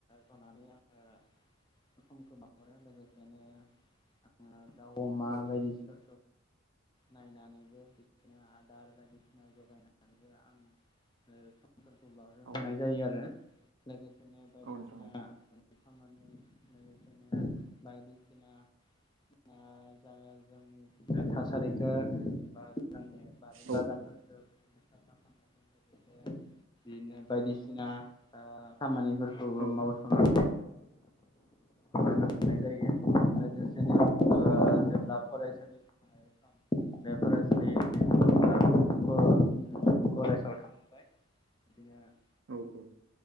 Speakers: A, on the left; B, on the right.
A: होननानै आङो समखौ बहरो लोगोसेनो आङो दाउ अमा
B: औ
A: बायदिसि नायनानैबो बिदिनो आदार बायदिसिना जगायनानैबो आं ओ फोरखौ बो
B: औ
A: हानाय जायो आरो लोगोसेनो बायदिसिना
B: औ नोंथां
A: खामानि लोगोसेनो बायदिसिना आ जागा जोंनि थासारिखौ बा जोंनि बारि
B: औ
A: बागानफोरखो साफाखामनायजों लोगोसे बिदिनो बायदिसिना ओ खामानि खौबो
B: औ
A: मावस' नाय जायो लोगोसेनो ओ
B: औ नोंथां
A: जेब्ला
B: औ
A: फरायसालि <inaudible> बेफोर फरायसालि थाङोब्ला
B: औ।
A: कलेजाव थांबाय बिदिनो
B: औ औ।